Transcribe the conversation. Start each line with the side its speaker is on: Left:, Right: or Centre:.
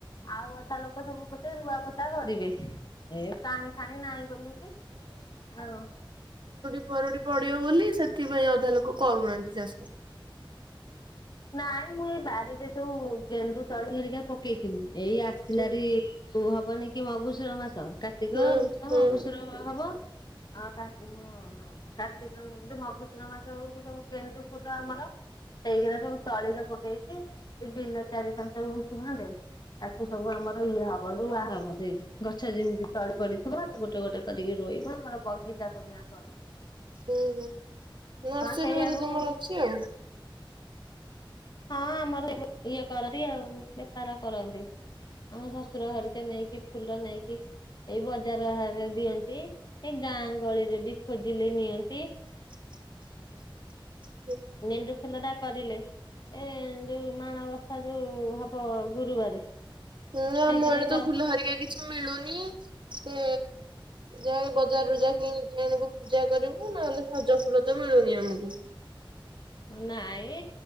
Left: ଆଉ ଅଧା ଲୋକ ସବୁ ବୋଧେ ରୁଆପୋତା କରିବେ। ଏ ପାଣି ଫାଣି ନାହିଁ ବୋଲିକି ଆଉ
Right: ମରୁଡ଼ି ପଡିବ ବୋଲି ସେଥିପାଇଁ ଅଧା ଲୋକ କରୁନାହାନ୍ତି ଚାଷ।
Left: ନାଇଁ ମୁଁ ଏଇ ବାରିରେ ସୋଉ ଗେଣ୍ଡୁ ତଳି ହେରିକା ପକେଇଥିଲି। ଏଇ ଆସିଲାରେ
Right: ହୁଁ
Left: <inaudible> ହବନି କି ମଗୁସୁର ମାସ। କାର୍ତ୍ତିକ,
Right: ହୁଁ
Left: ପୁଷ,
Right: ହୁଁ
Left: ମଗୁସୂର ହବ ଆ କା ହଁ ହଁ କାର୍ତ୍ତିକ ମଗୁସୁର ମାସ ବେଳକୁ ସବୁ ଗେଣ୍ଡୁ ଫୁଲ ଆମର ସେଇଗୁରା ସବୁ ତଳିରେ ପକେଇକି ବିଲ ଚାରି ପାଞ୍ଚ ଗୁଣ୍ଠୁ ଖଣ୍ଡେ ତାକୁ ସବୁ ଆମର ଇଏ ହବ ରୁଆ ହବ ସେଇ ଗଛ ଯେମିତି ତଳି ପଡିଥିବ ଗୋଟେ ଗୋଟେ କରିକି ରୁ ହୋଇବ ଆମର ବଗିଚା ପୁଣିଆ କର
Right: ହୁଁ ହୁଁ ନର୍ସରୀ
Left: ସେଇଆକୁ
Right: ବୋଧେ ତମର ଅଛି ଆଉ।
Left: ହଁ ଆମର ଏ <inaudible> ଇଏ କରନ୍ତି ଆଉ ବେପାର କରନ୍ତି। ଆମ ଶଶୁର ହେରିକା ନେଇକି ଫୁଲ ନେଇକି ଏଇ ବଜାର ଆରେ ଦିଅନ୍ତି, ଏ ଗାଁ ଗଳିରେ ବି ଖୋଜିଲେ ନିଅନ୍ତି।
Right: <inaudible>
Left: ଗେଣ୍ଡୁ ଫୁଲଟା କରିଲେ ଏ ଯୋଉ ମାଣବସା ଯୋଉ ହବ ଗୁରୁବାରେ
Right: ହୁଁ ଆମ
Left: ସେଇଥିରେ
Right: ଆଡେ
Left: ସ
Right: ତ ଫୁଲ ହରିକା କିଛି ମିଳୁନି ସେ ଯାହା ବଜାରରୁୁ ଯା କିଣିକି ଆଣିବୁ ପୂଜା କରିବୁ ନହେଲେ ସଜ ଫୁଲ ତ ମିଳୁନି ଆମକୁ। <inaudible>
Left: ନାଇଁ